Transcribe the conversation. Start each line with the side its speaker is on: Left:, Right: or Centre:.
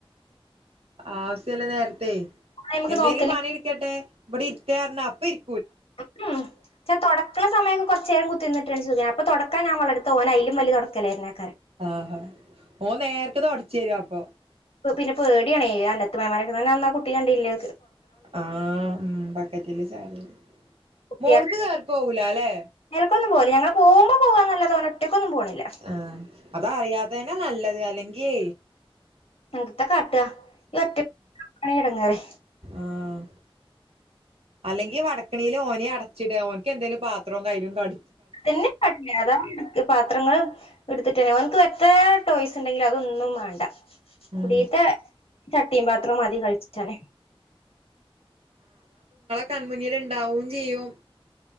Right: ആവസ്യല്ല നേരത്തെ
Left: ഓന് അയ്മക്ക്
Right: എന്തേലും
Left: നോക്കന്നെ
Right: പണി ഇട്ക്കട്ടെ ഇവിടെ ഇര്ക്കേപറഞ്ഞാ അപ്പ ഇര്
Left: <unintelligible> ചാ തൊടക്കാ സമയ ക്കെ കൊറച്ചേരം കുത്തി ഇരുന്ന്ട്ടാണെങ്കി സുഖാണ് അപ്പോ തൊടയ്ക്കാൻ ഞാൻ വള്ളട്ത്താ ഓൻ അയ്ലും വല്യ തൊടയ്ക്കലേരനാ
Right: ആഹ് ഹാ ഓന് നേരക്ക് തൊടച്ചേരും അപ്പൊ
Left: ഇപ്പ പിന്നെ പേടിയാണേ അന്നത്ത് മേമാൻ്റെ ക്കന്ന് ആ കുട്ടി കണ്ടില്ലെ
Right: ആഹ് ഉം ബക്കറ്റില് ചാടിയെ
Left: കുട്ട്യാള്
Right: മോള്ക്ക് കേറി പോവൂലാല്ലേ
Left: മേലക്കൊന്നും പോവൂല ഞങ്ങള് പോവുമ്പോ പോവാന്നല്ലാതെ ഓന് ഒറ്റക്കൊന്നും പോണില്ല
Right: ആഹ് അത് അറിയാതന്നെ നല്ലത് അല്ലെങ്കി
Left: എന്തത്ത കാട്ട ഈ ഒറ്റക്ക് <unintelligible> എടങ്ങറ്
Right: ആഹ് അല്ലെങ്കി വടക്കണില് ഓനെയും അടച്ചിട ഓന്ക്ക് എന്തേലും പാത്രവും കൈലും കട്
Left: <unintelligible> ക്ക് പാത്രങ്ങളും ഇടുത്തിട്ടന്നെ ഓൻക്ക് എത്രേ ടോയ്സ് ഇണ്ടെങ്കിലും അതൊന്നും വാണ്ട
Right: ഉം
Left: കുടീത്തെ ചട്ടിയും പാത്രം മതി കളിച്ചാന്
Right: കൺമുന്നില് ഇണ്ടാവും ചെയ്യും